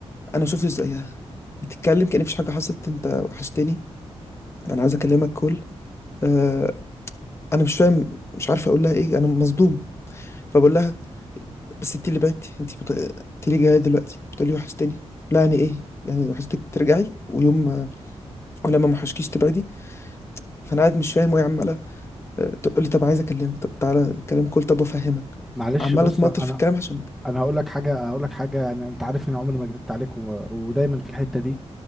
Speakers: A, on the left; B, in the centre.
A: انا شفت زيها بتتكلم كأن مفيش حاجه حصلت انت وحشتني انا عايز اكلمك كل آه، انا مش فاهم مش عارف اقول لها ايه انا مصدوم فبقول لها بس انت اللي بعتي انت بت... انت ليه جايه دلوقتي بتقول لي وحشتني لا يعني ايه يعني وحشتك ترجعي ويوم ولما ما وحشكيش تبعدي فانا قاعد مش فاهم وهي عماله آه، تقول لي طب عايز اكلمك طب تعالى نتكلم كل طب افهمك
B: معلش
A: عمال
B: بص
A: اتمطل
B: انا
A: في الكلام عشان
B: انا هقول لك حاجه هقول لك حاجه يعني انت عارف اني عمري ما كدبت عليك و... ودايما في الحته دي